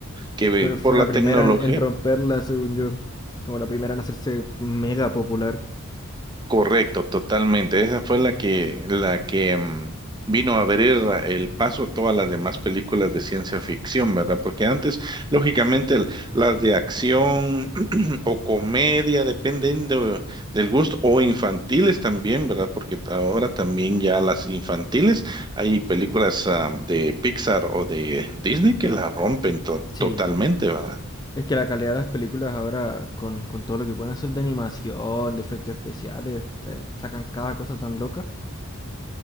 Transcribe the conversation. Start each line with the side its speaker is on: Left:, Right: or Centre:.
Right: que ve-
Left: pero fue
Right: por
Left: la
Right: la
Left: primera
Right: tecnología.
Left: en, en romperla, según yo. Como la primera en hacerse mega popular.
Right: Correcto, totalmente. Esa fue la que, la que mm, vino a abrir el paso a todas las demás películas de ciencia ficción, ¿verdad? Porque antes, lógicamente, el- las de acción <clears throat> o comedia, dependiendo del gusto, o infantiles también, ¿verdad? Porque ahora también ya las infantiles, hay películas ah, de Pixar o de Disney que la rompen to-
Left: Sí.
Right: totalmente, ¿verdad?
Left: Es que la calidad de las películas ahora, con, con todo lo que pueden hacer de animación, de efectos especiales, te sacan cada cosa tan loca.